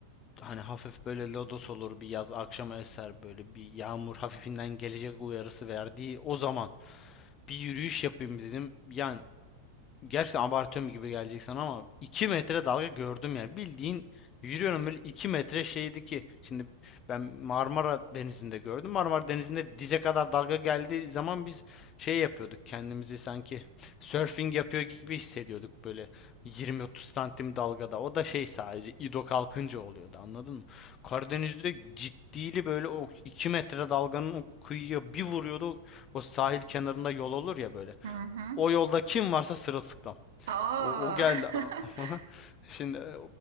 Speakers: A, on the left; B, on the right.
A: hani hafif böyle lodos olur bir yaz akşama eser böyle bir yağmur hafifinden gelecek uyarısı verdiği o zaman bir yürüyüş yapayım dedim. Yani. Gerçekten abartıyorum gibi gelecek sana ama 2 metre dalga gördüm yani. Bildiğin yürüyorum böyle 2 metre şeydi ki. Şimdi ben Marmara Denizi'nde gördüm. Marmara Denizi'nde dize kadar dalga geldiği zaman biz şey yapıyorduk. Kendimizi sanki surfing yapıyor gibi hissediyorduk böyle 20-30 santim dalgada. O da şey sadece İdo kalkınca oluyordu anladın mı? Karadeniz'de ciddili böyle o 2 metre dalganın o kıyıya bir vuruyordu. O sahil kenarında yol olur ya böyle.
B: Hı hı.
A: O yolda kim varsa sırılsıklam.
B: Aa.
A: O, o geldi.
B: <laughs>
A: <laughs> Şimdi e,